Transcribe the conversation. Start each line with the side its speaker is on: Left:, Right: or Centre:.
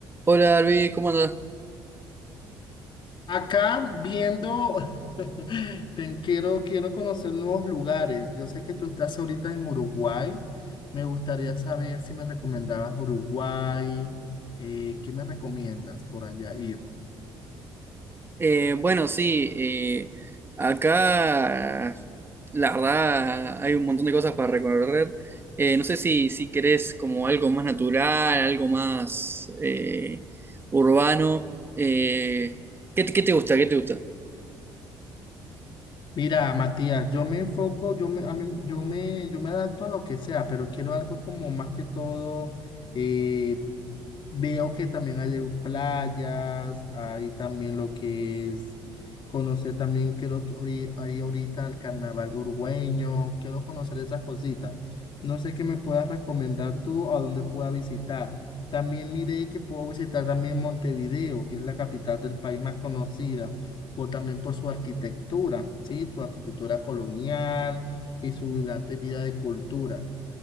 Right: Hola Luis, ¿cómo andás?
Left: Acá viendo, <laughs> te- quiero, quiero conocer nuevos lugares. Yo sé que tú estás ahorita en Uruguay. Me gustaría saber si me recomendabas Uruguay. eh, ¿qué me recomiendas por allá ir?
Right: Eh, bueno, sí, eh, acá la verdad hay un montón de cosas para recorrer. Eh, no sé si, si querés como algo más natural, algo más eh, urbano. Eh, ¿qué, te- qué te gusta? ¿Qué te gusta?
Left: Mira, Matías, yo me enfoco, yo me, a mí- yo me, yo me adapto a lo que sea, pero quiero algo como más que todo, eh, veo que también hay playas, hay también lo que es conocer también, creo que ori- hay ahorita el carnaval uruguayo, quiero conocer esas cositas. No sé qué me puedas recomendar tú a dónde pueda visitar. También miré que puedo visitar también Montevideo, que es la capital del país más conocida por, también por su arquitectura, ¿sí? Su arquitectura colonial y su vibrante vida de cultura.